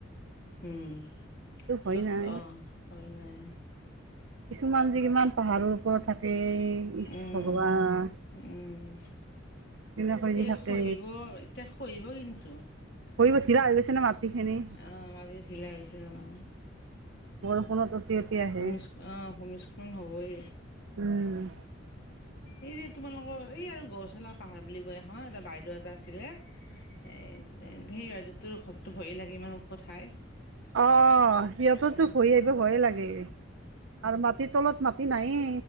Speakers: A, on the left; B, on the right.
A: উম
B: সেইটো ভয়
A: তত
B: নাই
A: অ হয় নাই
B: কিছুমান যে কিমান পাহাৰৰ ওপৰত থাকে। ইচ
A: উম
B: ভগৱান
A: উম।
B: কিনো কৰি
A: এই
B: থাকে
A: খৈব, এতিয়া খৈব কিন্তু।
B: খহিব শিৰা হৈ গৈছে নহয়, মাটি খিনি।
A: অ' মাজে ফিলাই হৈছে মানে।
B: বৰষুণত অতি অতি আহে
A: ভূমিছ অ' ভূমিস্খলন হ'বই।
B: উম।
A: এই যে তোমালোকৰ এই আৰু গৰুচালা পাহাৰ বুলি কয় এখন এটা বাইদেউ এটা আছিলে। এ ধেৰ বাইদে তোৰ ঔষধতো ভয় লাগে ইমান ওখ ঠাইত।
B: অ সিহঁততো
A: উম
B: হৈ আহিবি ভয়ে লাগে আৰু মাটি তলত ম। সি নাইয়ে।